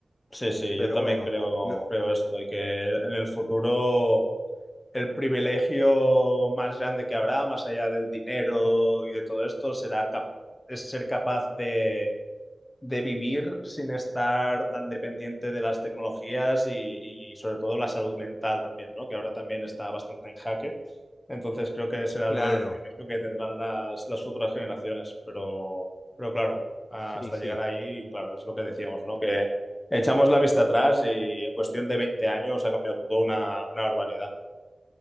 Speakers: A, on the left; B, on the left.
A: sí, sí,
B: Pero
A: yo también
B: bueno,
A: creo,
B: lo-
A: creo esto, y que en el futuro el privilegio más grande que habrá, más allá del dinero y de todo esto, será cap- es ser capaz de de vivir sin estar tan dependiente de las tecnologías y, y sobre todo la salud mental también, ¿no? Que ahora también está bastante en jaque. Entonces creo que será
B: claro,
A: el mayor privilegio que tendrán las, las futuras generaciones. Pero, pero claro, hasta
B: sí, sí.
A: llegar ahí, claro, es lo que decíamos, ¿no? Que echamos la vista atrás y en cuestión de 20 años ha cambiado todo una, una barbaridad.